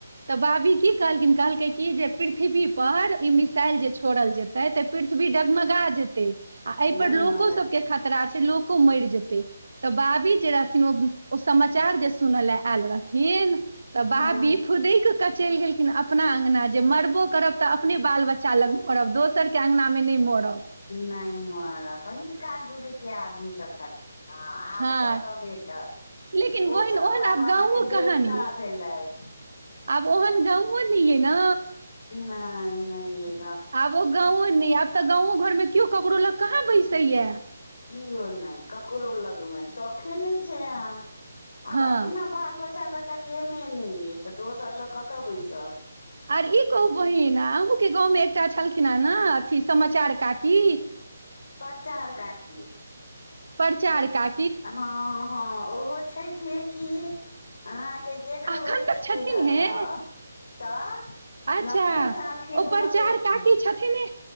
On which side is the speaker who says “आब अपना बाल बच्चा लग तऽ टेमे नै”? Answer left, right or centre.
Left